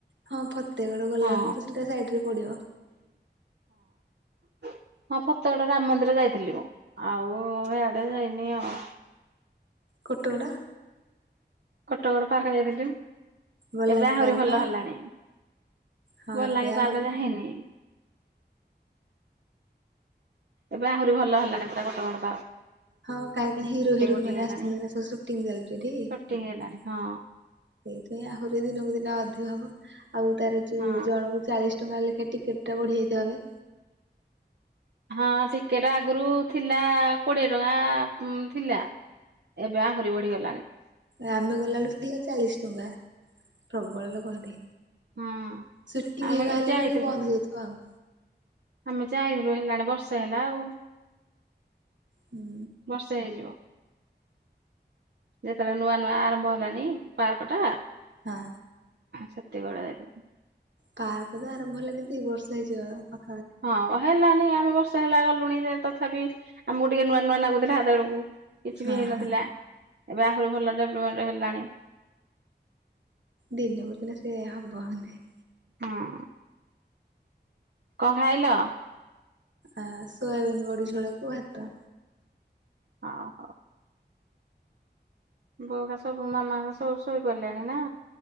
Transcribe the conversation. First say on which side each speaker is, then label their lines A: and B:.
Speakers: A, on the right; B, on the right.
A: ହଁ ଫତେ ଫତେବେଡ ଗଲାବେଳକୁ
B: ହଁ
A: ତ ସେଇଟା ସାଇଟ୍ ରେ ପଡିବ।
B: ହ <inaudible> ହଁ ଫତେ ଗଡ ରାମ ମନ୍ଦିର ଯାଇଥିଲି ମୁଁ ଆଉ ହେଇ ଆଡେ ଯାଇନି ଆଉ
A: କଟୋ ଗଡା
B: କଟଗଡ ପାର୍କ ଯାଇଥିଲୁ
A: ବଲାଙ୍ଗୀ
B: ଏବେ ଆହୁରି
A: ପାର୍କ
B: ଭଲ ହେଲାଣି।
A: ହଁ
B: ବଲାଙ୍ଗୀ
A: ଏବେ ଆଉ
B: ପାର୍କ ଯା ହେଇନି। ଏବେ ଆହୁରି ଭଲ ହେଲାଣି ପୁରା କଟଗଡ଼।
A: ହଁ କାଇଁ ହିରୋ ହିରୋଇନ
B: ଫୁଟିଂ
A: ମାନେ
B: ହେଲାଣି।
A: ଆସୁଛନ୍ତି ବୋଲି ଶୁଣ୍ଟି ଚାଲିଛି ଏଠି।
B: ସୁଟିଂ ହେଲାଣି
A: ସେଇଥିପାଇଁ
B: ହଁ
A: ଆହୁରି ଦିନକୁ ଦିନ ଅଧିକ ହବ। ଆଉ ତାର ଯୋଉ
B: ହଁ।
A: ଜଣଙ୍କୁ ଚାଳିଶ ଟଙ୍କା ଲେଖାଏଁ ଟିକେଟ୍ ଟା ବଢି ଯାଇଥିଵ ଏବେ।
B: ହଁ ଟିକେଟ ଆଗରୁ ଥିଲା କୋଡିଏ ଟଙ୍କା ଉଁ ଥିଲା। ଏବେ ଆହୁରି ହରି ବଢି ଗଲାଣି।
A: ଆମେ ଗଲାବେଳକୁ ଥିଲା ଚାଳିଶ ଟଙ୍କା ପ୍ରବଳ ଲୋକୋ ହଁନ୍ତି।
B: ହୁଁ
A: ସୁଟିଂ
B: ଆମେ
A: ହେକ ହେଲା
B: ଯାଇଥିଲୁ।
A: ବାକି ବନ୍ଦ ହେଇଯାଉଥିବ ଆଉ।
B: ଆମେ ଯାଇଥିଲୁ ହେଲାଣି ବର୍ଷେ ହେଲା ଆଉ
A: ହୁଁ
B: ବର୍ଷେ ହେଇଯିବ। ଯେତେବେଳେ ନୂଆ ନୂଆ ଆରମ୍ଭ ହେଲାନି ପାର୍କ ଟା
A: ହଁ।
B: ହଁ ସେତିକି ବେଳେ ଜାଇଥିଲି।
A: ପାର୍କ ତ ଆରମ୍ଭ ହେଲା ଦିନଠୁ ଏଇ ବର୍ଷା ହେଇଯିବ ଆଉ
B: ହଁ ହେଲାଣିି ଦୁଇ ବର୍ଷ ହେଲା ଗଲୁଣି ଯେ ତଥାପି ଆମକୁ ଟିକେ ନୂଆ ନୂଆ ଲାଗୁଥିଲା ସେଡୁକୁ କିଛି
A: ହଁ
B: ବି ହେଇନଥିଲା
A: ହଁ।
B: ଏବେ ଆହୁରି ଭଲ ଡେଭଲପମେଣ୍ଟ୍ ହେଲାଣି।
A: ଦିନ କୁ ଦିନ ସେ ହବ ହେଲେ।
B: ହଁ କଣ ଖାଇଲ?
A: ଆ ସୋୟାବିନ୍ ବଡି ଝୋଳକୁୁ ଭାତ।
B: ହ ହଉ। ବୋଉ ହା ସବୁ ମାମା ହା ସବୁ ସୋଇ ପଇଲେଣି ନା?